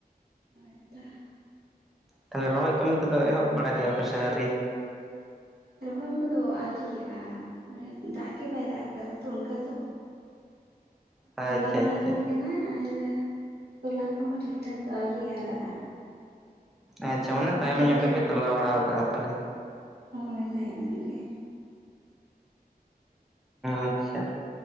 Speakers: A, on the right (about 85°); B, in the centre.
A: <unintelligible>
B: ᱛᱟᱦᱚᱞᱮ ᱨᱚᱦᱚᱭ ᱠᱟᱹᱢᱤ ᱠᱚᱫᱚ ᱮᱦᱚᱵ ᱵᱟᱲᱟ ᱠᱮᱫᱼᱟ ᱯᱮ ᱥᱮ ᱟᱹᱣᱨᱤ
A: ᱨᱚᱦᱚᱭ ᱠᱚᱫᱚ ᱟᱣᱨᱤᱭᱟᱜᱼᱟ ᱢᱟᱱᱮ ᱫᱟᱜ ᱜᱮ ᱵᱟᱭ ᱫᱟᱜ ᱟᱠᱟᱫᱟ ᱛᱚ ᱚᱱᱠᱟ ᱫᱚ
B: ᱟᱪᱪᱷᱟ
A: ᱛᱚᱞᱟ ᱵᱟᱲᱟ
B: ᱟᱪᱪᱷᱟ
A: ᱦᱩᱭ ᱠᱟᱱᱟ ᱟᱨ ᱛᱚᱞᱟ ᱠᱚᱦᱚᱸ ᱴᱷᱤᱠ ᱴᱷᱟᱠ ᱫᱚ ᱟᱹᱣᱨᱤ ᱦᱟᱨᱟᱜᱼᱟ
B: ᱟᱪᱪᱷᱟ
A: ᱨᱚᱦᱚᱭ
B: ᱢᱟᱱᱮ ᱛᱟᱭᱚᱢ
A: ᱠᱚᱫᱚ
B: ᱧᱚᱜ
A: ᱟᱹᱣᱨᱤ
B: ᱜᱮᱯᱮ ᱛᱚᱞᱟ ᱵᱟᱲᱟ ᱠᱟᱜᱼᱟ ᱛᱟᱦᱞᱮ
A: ᱦᱳᱭ ᱛᱟᱭᱚᱢ ᱧᱚᱜ ᱜᱮ
B: ᱟᱪᱪᱷᱟ